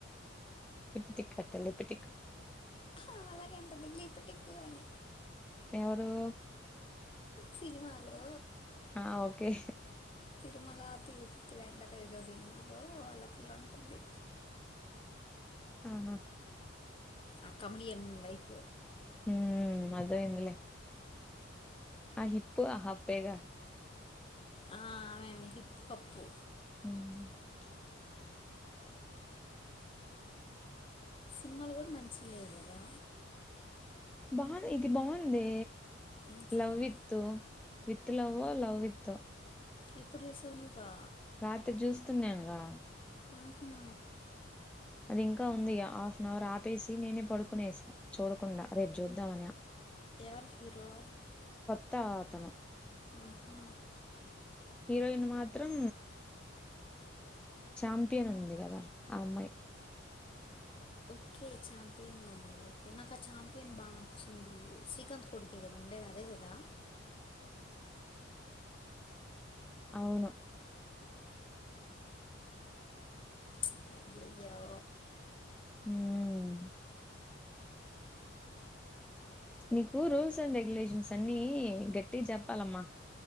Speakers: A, in the centre; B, on the left.
A: లిపిటిక్ అంట లిపిటిక్
B: ఆమ అలాగే అంటుంది లిపిటికు అనీ
A: ఎవరూ
B: సినిమలో
A: ఆ ఓకే
B: తిరుమల తిరుపతి వెంకటేశ సినిమాలో వాళ్ల పిల్ల అంటుంది.
A: హ్మ్ హు
B: ఆ కమెడిన్ వైఫ్
A: మ్మ్ అర్థమైందిలే ఆ హిప్పు ఆ హప్పేగా!
B: ఆఁ ఆమెమే హిప్పు హప్పు
A: మ్ఁ
B: సినిమాలు గూడా మంచిగ లేవు గదా!
A: బావున్ది ఇది బావున్దే
B: ఏం సినిమా
A: లవ్ విత్త్ వి త్ లవ్వో, లవ్ విత్తో
B: ఎప్పుడు చేస్తవ్ నుబా
A: రాత్రి చూస్తున్నానుగా
B: ఆహా.
A: అది ఇంకా ఉంది హాఫ్ అన్ అవర్ ఆపేసి నేనే పడుకునేసా చూడకుండా రేపు చూద్దామనా
B: ఎయరు హీరో
A: త్త అతను
B: ఆ హాఁ
A: హీరోయిన్ మాత్రం చాంపియన్ ఉంది కదా ఆ అమ్మాయి
B: ఓక్ ఓకే ఛాంపియన్లో ఉన్నరు. ఓకే నాకు ఆ చాంపియన్ బాగ నచ్చింది. శ్రీకాంత్ కొడుకే కదా ఉండేది అదే క దా
A: అవును
B: ప్చ్ అయ్యయ్యో
A: హ్మ్ఁ నీకు రూల్స్ అండ్ రెగ్యులేషన్స్ అన్నీ గట్టిగా చెప్పాలమ్మా!